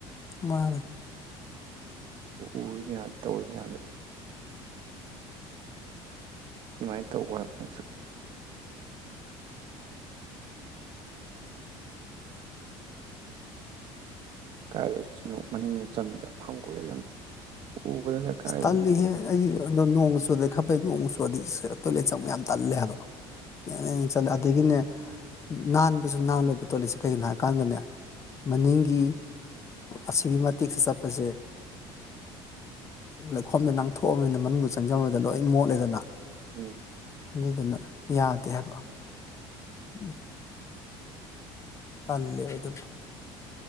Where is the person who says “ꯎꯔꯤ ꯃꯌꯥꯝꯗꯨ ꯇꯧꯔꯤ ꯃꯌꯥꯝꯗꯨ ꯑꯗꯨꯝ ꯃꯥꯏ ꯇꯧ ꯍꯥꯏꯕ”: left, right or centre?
Right